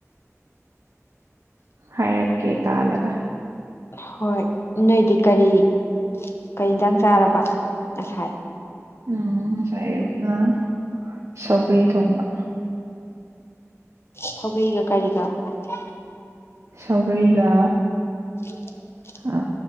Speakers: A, on the right; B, on the left.
A: ꯍꯥꯏꯔꯛꯀꯦ ꯇꯥꯜꯂꯒ
B: ꯍꯣꯏ ꯅꯣꯏꯗꯤ ꯀꯔꯤ ꯀꯔꯤ ꯌꯦꯟꯁꯥꯡ ꯆꯥꯔꯕ ꯉꯁꯥꯏ
A: ꯎꯝ ꯉꯁꯥꯏ ꯑꯌꯨꯛꯅ ꯁꯧꯒ꯭ꯔꯤ ꯊꯣꯡꯕ
B: ꯁꯧꯒ꯭ꯔꯤꯒ ꯀꯔꯤꯒ <unintelligible>
A: ꯁꯧꯒ꯭ꯔꯤꯒ
B: <inaudible>
A: ꯑ